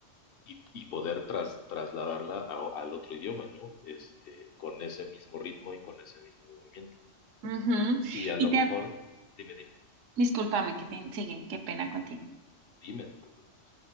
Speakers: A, on the left; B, on the right.
A: y, y poder tras- trasladarla a- al otro idioma, ¿no? Este, con ese mismo ritmo y con ese mismo movimiento.
B: Ujú, ujú.
A: Y a
B: Y
A: lo
B: te,
A: mejor,
B: ha-
A: dime, dime,
B: discúlpame que te sigue, qué pena contigo.
A: dime, no te preocupes.